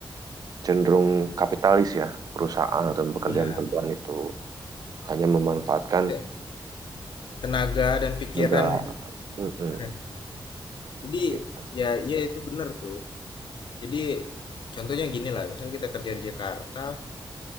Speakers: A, on the right; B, on the left.
A: cenderung kapitalis ya perusahaan atau pekerjaan-pekerjaan
B: iya,
A: itu hanya memanfaatkan
B: kayak tenaga dan pikiran
A: tenaga. Mm-mm,
B: <laughs> jadi
A: gitu.
B: ya ya itu benar tuh. Jadi contohnya gini lah misalnya kita kerja di Jakarta,